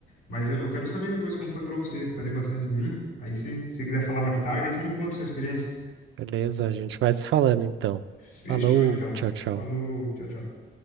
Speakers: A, on the left (about 80°); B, on the right (about 75°).
A: Mas eu, eu quero saber depois como foi pra você. Falei bastante de mim. Aí se você quiser falar mais tarde, aí você me conta a sua experiência.
B: Beleza? A gente vai se falando, então.
A: Fechou
B: Falou,
A: então.
B: tchau, tchau.
A: Falou, tchau, tchau.